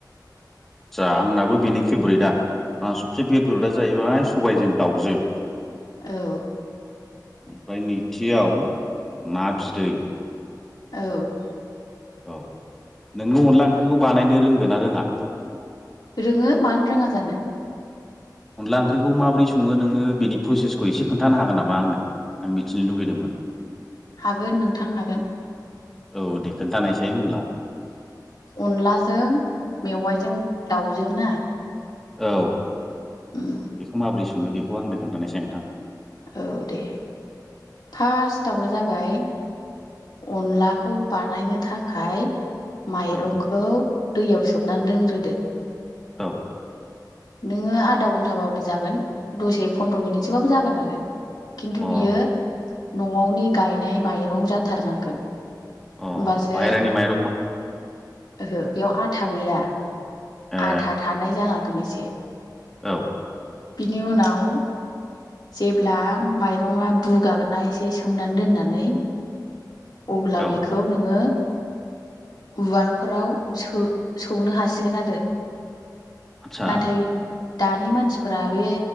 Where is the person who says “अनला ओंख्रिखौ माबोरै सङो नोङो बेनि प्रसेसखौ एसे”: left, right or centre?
Centre